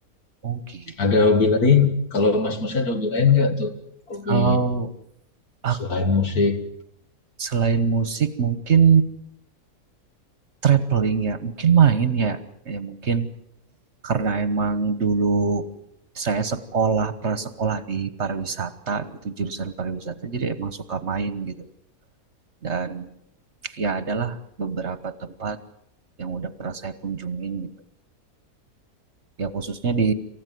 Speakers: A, on the right; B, on the left.
A: oh gitu.
B: ada hobi lain kalau Mas Musa ada hobi lain nggak tuh hobi
A: Kalau aku
B: selain musik
A: selain musik mungkin traveling ya, mungkin main ya. Ya mungkin karena emang dulu saya sekolah prasekolah di pariwisata gitu jurusan pariwisata jadi emang suka main gitu. Dan ya adalah beberapa tempat yang udah pernah saya kunjungin gitu. Ya khususnya di